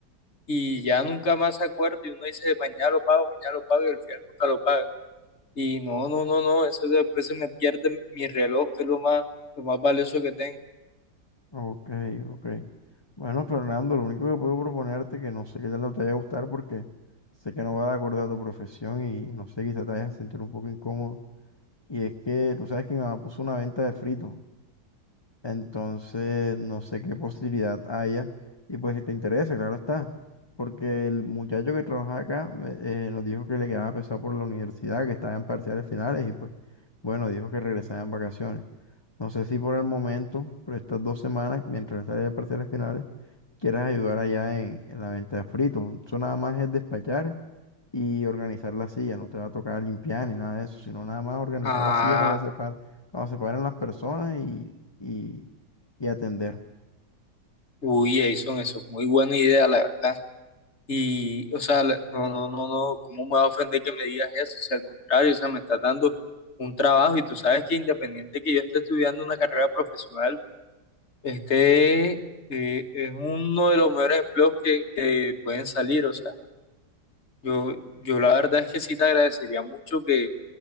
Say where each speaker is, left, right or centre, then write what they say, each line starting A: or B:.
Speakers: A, on the left; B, on the left.
A: y ya nunca más se acuerda y uno dice, mañana lo pago, mañana lo pago y al final nunca lo paga. Y no, no, no, no, eso después se me pierde mi reloj, que es lo más, lo más valioso que tengo.
B: Ok, ok. Bueno, Fernando, lo único que puedo proponerte que no sé qué tal te vaya a gustar porque sé que no va de acuerdo a tu profesión y no sé, quizá te vayas a sentir un poco incómodo. Y es que tú sabes que mi mamá puso una venta de fritos, entonces no sé qué posibilidad haya. Y pues si te interesa, claro está. Porque el muchacho que trabaja acá me- eh, nos dijo que le quedaba pesado por la universidad, que estaba en parciales finales y pues bueno, dijo que regresaba en vacaciones. No sé si por el momento, pero estas dos semanas, mientras sale de parciales finales, quieras ayudar allá en, en la venta de fritos. Eso nada más es despachar y organizar la silla. No te va a tocar limpiar ni nada de eso, sino nada más organizar
A: Ah,
B: la silla cuando se par- cuando se paren las personas y, y, y atender.
A: uy, Jason, eso es muy buena idea, la verdad. Y, o sea, la- no, no, no, no, ¿cómo me va a ofender que me digas eso? O sea, al contrario, o sea, me estás dando un trabajo y tú sabes que independiente que yo esté estudiando una carrera profesional, este eh, es uno de los mejores empleos que, que pueden salir. O sea, yo, yo la verdad es que sí te agradecería mucho que,